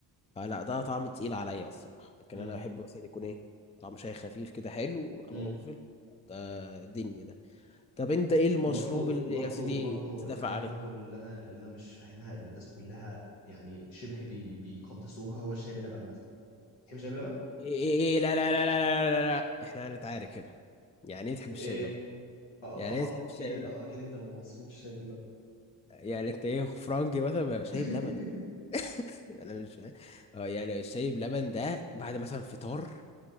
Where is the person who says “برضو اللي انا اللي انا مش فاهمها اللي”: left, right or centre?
Left